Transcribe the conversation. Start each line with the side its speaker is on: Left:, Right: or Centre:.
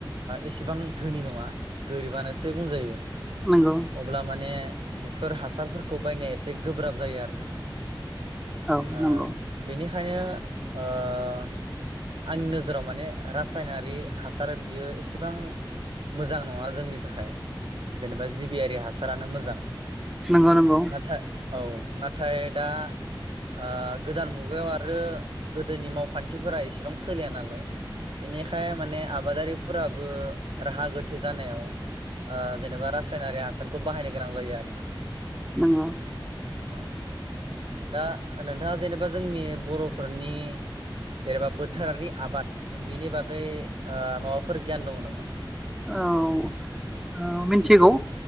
Right: एसेबां धोनि नङा। गोरिबानोसै बुंजायो
Centre: नंगौ
Right: अब्ला माने बेफोर हासारफोरखौ बायनो एसे गोब्राब जायो आरोना।
Centre: औ
Right: आ
Centre: नंगौ
Right: बिनि खायनो ओ आंनि नोजोराव माने रासायनारि हासारा बियो एसेबां मोजां नङा जोंनि थाखाय जेनेबा जिबियारि हासारानो मोजां।
Centre: नंगौ नंगौ।
Right: नाथाय औ नाथाय। दा ओ गोदान मुगायाव आरो गोदोनि मावखान्थिफोरा एसेबां सोलिया नालाय बेनिखाय माने आबादारिफोराबो राहा गोथै जानायाव जेनेबा रासायनारि हासारखौ बाहायनो गोनां जायो आरोना।
Centre: नंगौ।
Right: औ। दा नोंथाङा जेनेबा जोंनि बरफोरनि जेनेबा बोथोरारि आबाद बिनि बागै माबाफोर गियान दङ नामा।
Centre: औ मिथिगौ